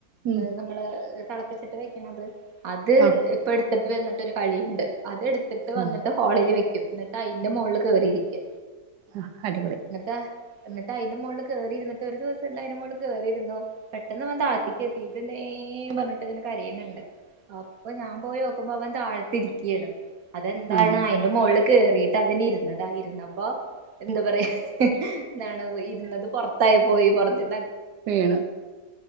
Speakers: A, on the right; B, on the right.
A: ഉം
B: നമ്മള് തിളപ്പിച്ചിട്ട് വെക്കണത്. അത്
A: ആഹ്
B: ഇപ്പ എടുത്തിട്ട് വന്നിട്ടൊരു കളി.. അത് എടുത്തിട്ട് വന്നിട്ട്
A: ആഹ്
B: ഹോളില് വെക്കും എന്നിട്ട് അയിന്റെ മുകളിൽ കേറിയിരിക്കാ..
A: ആഹ് അടിപൊളി
B: എന്നിട്ടാ എന്നിട്ട് അതിന്റെ മോളിൽ കേറിയിരിന്നിട്ട് ഒരു ദിവസംണ്ട് അതിന്റെ മോളിൽ കേറിയിരുന്നു. പെട്ടെന്ന് അവൻ താത്തിക്ക് എത്തിട്ട്ണ്ടെ മേ പറഞ്ഞിട്ട് ഇങ്ങന കരയ്ണ്ണ്ട്. അപ്പൊ ഞാൻ പോയി നോക്കുമ്പോ അവൻ താഴത്തിരിക്കാണ് അതെന്താണ്
A: ആഹ്
B: ആയി ന്റെ മോള്ള് കേറിട്ട് അവന് ഇരുന്നതാ ഇരുന്നപ്പൊ എന്താ പറയാ ന്താണ് ഇരുന്നത് പൊറത്തായി പോയി പൊറത്തി
A: വീണ്